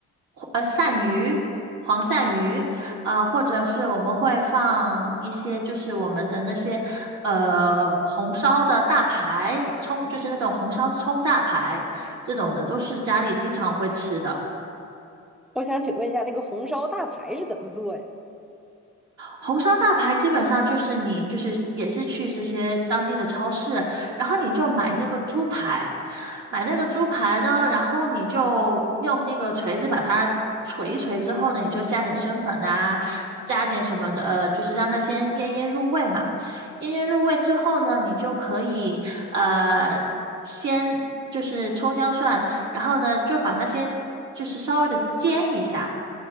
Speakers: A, on the right (about 70°); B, in the centre.
A: 呃，鳝鱼，黄鳝鱼。啊，或者是我们会放一些就是我们的那些呃红烧的大排，葱，就是那种红烧葱大排这种的，都是家里经常会吃的。
B: 我想请问一下，那个红烧大排是怎么做呀？
A: 红烧大排基本上就是你就是也是去这些当地的超市，然后你就买那个猪排，买那个猪排呢，然后你就用那个锤子把它锤一锤之后呢，你就加点生粉呐、加点什么的，呃，就是让它先腌腌入味嘛。腌腌入味之后呢，
B: 嗯
A: 你就可以呃先就是葱姜蒜，然后呢就把它先就是稍微的煎一下。